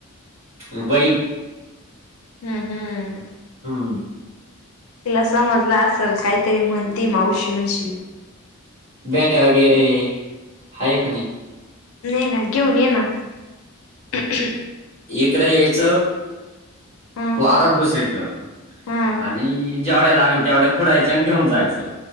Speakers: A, on the right; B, on the left.
A: म बईन
B: हम्म हम.
A: हम्म.
B: तिला समजल असल काहीतरी म्हणती मावशी मिशील.
A: बँड्या वगैरे हाय का नाही.
B: नाही ना घेऊन ये ना हम हम्म.
A: एकडं यायचं
B: ह
A: वावरात घुसायचं
B: हा
A: आणि जेवढ्या लागल तेवढ्या खुडयच्या आणि घेऊन जायचं.